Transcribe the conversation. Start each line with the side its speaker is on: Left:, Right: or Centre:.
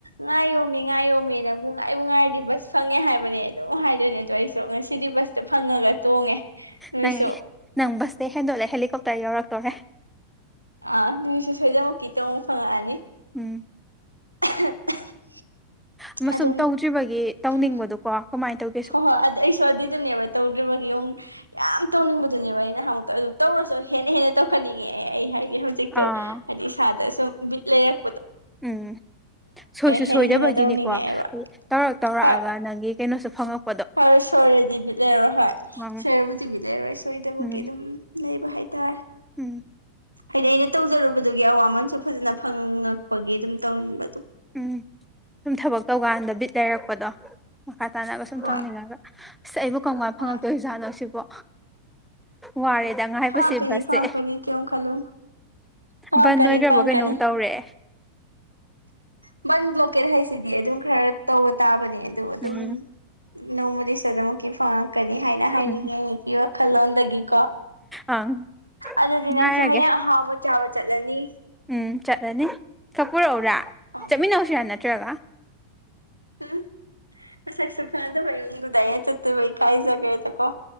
Right: ꯉꯥꯏ ꯌꯃꯤ ꯉꯥꯏ ꯌꯣꯉꯦ ꯅꯪ ꯕꯨ ꯉꯥꯏ ꯨꯡ ꯉꯥꯏꯗꯤ ꯕꯁ ꯐꯪꯉꯦ ꯍꯥꯏꯕꯅꯦ ꯑꯗꯨꯝ ꯍꯥꯏꯗꯣꯏꯅꯦ ꯑꯗꯣ ꯑꯩꯁꯦ ꯑ ꯉꯁꯤꯗꯤ ꯕꯁꯇ ꯐꯪꯉꯒ ꯇꯣꯡꯉꯦ ꯅꯣꯏꯁꯨ
Centre: ꯅꯪ ꯅꯪ ꯕꯁꯇꯦ ꯍꯦꯟꯗꯣꯂꯦ ꯍꯦꯂꯤꯀꯣꯞꯇꯔ ꯌꯧꯔꯛꯇꯣꯔꯦ
Right: ꯑ ꯅꯁꯤ ꯁꯑꯣꯏꯗ ꯃꯥꯛꯀꯤ ꯇꯑꯣꯡꯕ ꯐꯉꯛꯅꯤ
Centre: ꯎꯝ
Right: <unintelligible>
Centre: ꯑꯃꯁꯨꯡꯁ
Right: ꯑꯗꯨꯝ
Centre: ꯇꯧꯗ꯭ꯔꯤꯕꯒꯤ ꯇꯧꯅꯤꯡꯕꯗꯨꯣ
Right: ꯐꯪ
Centre: ꯀꯣ ꯀꯃꯥꯏꯅ ꯇꯧ
Right: ꯍꯣꯏ ꯍꯣꯏ ꯑꯗꯨ ꯑꯩꯁꯨ ꯑꯗꯨꯏꯗꯨꯅꯦꯕ ꯇꯧꯗ꯭ꯔꯤꯕꯒꯤ ꯌꯧ ꯌꯥꯝ ꯇꯧꯅꯤꯡꯕꯗꯨꯅꯦꯕ ꯑꯩꯅ ꯍꯨꯛꯇ ꯑꯗꯨ ꯇꯧꯔꯁꯨ ꯍꯦꯟꯅ ꯍꯦꯟꯅ ꯇꯧꯍꯟꯅꯤꯡꯉꯦ ꯑꯩ ꯍꯥꯏꯗꯤ ꯍꯧꯖꯤꯛꯇꯣ
Centre: ꯑꯥ
Right: ꯍꯥꯏꯗꯤ ꯏꯁꯥꯗ ꯁꯨꯝ ꯕꯤꯠ ꯂꯩꯔꯛ
Centre: ꯎꯝ ꯁꯣꯏꯁꯨ
Right: ꯍꯦꯟꯅ
Centre: ꯁꯣꯏꯗꯕꯩꯗꯨꯅꯤꯀꯣ
Right: ꯍꯦꯟꯅ ꯇꯧꯅꯤꯡꯉꯛꯑꯦꯕ
Centre: ꯇꯧꯔꯛ ꯇꯧꯔꯛꯑꯒ
Right: ꯍꯣꯏ
Centre: ꯅꯪꯒꯤ ꯀꯩꯅꯣꯁꯨ ꯐꯪꯉꯛꯄ
Right: ꯍꯣꯏ ꯁꯣꯏꯔꯗꯤꯕꯤ ꯂꯩꯔꯣꯏ ꯍꯣꯏ
Centre: ꯎꯝ
Right: ꯁꯣꯏꯔꯕꯨꯗꯤ ꯚ ꯂꯩꯔꯣꯏ ꯁꯣꯏꯗꯕꯒꯤ
Centre: ꯎꯝ
Right: ꯑꯗꯨꯝ ꯂꯩ ꯍꯥꯏꯔꯦ
Centre: ꯎꯝ
Right: ꯍꯥꯏꯗꯤ ꯑꯩꯅ ꯇꯧꯖꯔꯨꯕꯗꯨꯒꯤ ꯑꯋꯥꯃꯟꯁꯨ ꯐꯖꯅ ꯐꯪ ꯉꯛꯄꯒꯤ ꯑꯗꯨꯝ ꯇꯧꯟꯕ ꯑꯗꯨꯝ
Centre: ꯎꯝ ꯁꯨꯝ ꯊꯕꯛ ꯇꯧꯀꯥꯟꯗ ꯕꯤꯠ ꯂꯩꯔꯛꯄꯗꯣ ꯃꯈꯥ ꯇꯥꯟꯅꯔꯒ ꯁꯨꯝ
Right: ꯍꯣꯏ
Centre: ꯇꯧꯅꯤꯡꯉꯒ ꯑꯩꯕꯨ ꯀꯝ ꯀꯥꯏꯅ
Right: ꯍꯣꯏ
Centre: ꯐꯪꯉꯛꯇꯣꯏꯖꯥꯠꯅꯣ ꯁꯤꯕꯣ ꯋꯥꯔꯦꯗ ꯉ ꯍꯥꯏꯕꯁ
Right: ꯐꯪꯉꯛꯀꯅꯤ
Centre: ꯕꯁꯁꯦ
Right: ꯐꯪꯉꯛꯀꯅꯤ ꯀꯩꯝ ꯈꯜꯂꯨꯅꯨ ꯐꯪꯉꯛꯀꯅꯤ
Centre: ꯕꯟ ꯑꯣꯏꯈ꯭ꯔꯕꯣ
Right: ꯐꯪꯉꯛꯀꯅꯤ
Centre: ꯀꯩꯅꯣꯝ ꯇꯧꯔꯦ
Right: ꯕꯟ ꯕ꯭ꯂꯣꯀꯦꯠ ꯍꯥꯏꯁꯤꯗꯤ ꯑꯗꯨꯝ ꯈꯔ ꯇꯧꯕ ꯇꯥꯕꯅꯦ ꯑꯗꯣ ꯑꯗꯨꯝ
Centre: ꯎꯝ
Right: ꯅꯣꯡꯃꯗꯤ ꯁꯗꯃꯛꯀꯤ ꯐꯉ ꯀꯅꯤ ꯍꯥꯏꯅ ꯍꯥꯏꯅꯤꯡꯉꯦ
Centre: ꯎꯝ
Right: ꯑꯩꯒꯤ ꯋꯥꯈꯜꯂꯣꯟꯣꯗꯒꯤꯀꯣ
Centre: ꯑꯪ
Right: ꯑꯗꯨꯗꯤ
Centre: ꯉꯥꯏꯔꯒꯦ
Right: ꯅꯪꯁꯨ ꯍꯌꯦꯡ ꯑꯍꯥꯎꯕ ꯆꯥꯕ ꯆꯠꯂꯅꯤ
Centre: ꯎꯝ ꯆꯠꯂꯅꯤ ꯈꯛ ꯄꯨꯔꯛꯎꯔꯥ
Right: ꯑꯣ
Centre: ꯆꯠꯃꯤꯟꯅꯧꯁꯤꯔꯥ ꯅꯠꯇ꯭ꯔꯒ
Right: ꯎꯝ ꯑꯁꯥ ꯁꯨꯈꯅꯗ ꯄꯅ ꯗ <unintelligible> ꯀꯥꯏꯖꯒꯦ <unintelligible> ꯇ ꯀꯣ